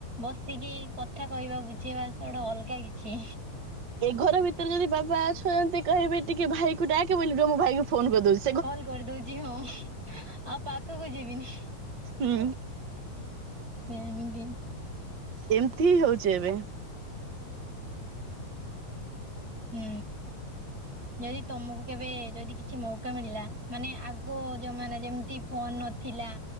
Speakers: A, on the right; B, on the right.
A: ବସିକି କଥା କହିବା ବୁଝେଇବା ସେ ଗୋଟେ ଅଲଗା କିଛି।
B: ଏ ଘର ଭିତରେ ଯଦି ବାବା ଶୁଅନ୍ତି କହିବେ ଟିକେ ଭାଇ କୁ ଡାକେ ବୋଲି ରୁଅ ମୁଁ ଭାଇ କୁ ଫୋନ କରିଦଉ
A: କଲ କରିଦଉଚି ହଁ ଆଉ ପାଖୁକୁ ଯିବିନି।
B: ହୁଁ।
A: ସେମିତି।
B: ଏମିତି ହିଁ ହଉଚି ଏବେ।
A: ହୁଁ ଯଦି ତମୁକୁ କେବେ ଯଦି କିଛି ମୌକା ମିଳିଲା ମାନେ ଆଗ ଜମାନା ଯେମିତି ଫୋନ ନଥିଲା।